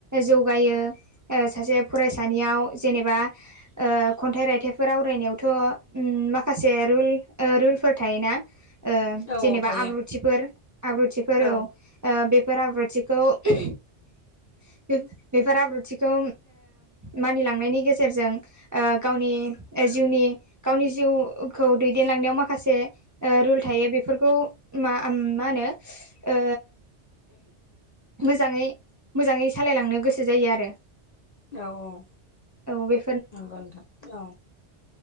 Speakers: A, on the right (about 25°); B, on the left (about 50°).
A: जौगायो। सासे फरायसानियाव जेनेबा। खन्थाइ रायथाइफोर आवरायनायावथ' माखासे रुल। रुलफोर थायोना
B: औ
A: जेनेबा
B: औ थायो
A: आब्रुथिफोर आब्रुथिफोराव।
B: औ
A: बेफोर आब्रुथिखौ बे। बेफोर आब्रुथिखौ मानिलांनायनि गेजेरजों। गावनि जिउनि गावनि जिउखौ दै। देनलांनायाव माखासे रुल थायो बेफोरखौ मा होनो। ओ मोजाङै मोजाङै सालायलांनो गोसो जायो आरो।
B: औ औ
A: औ बे
B: नंगौथां औ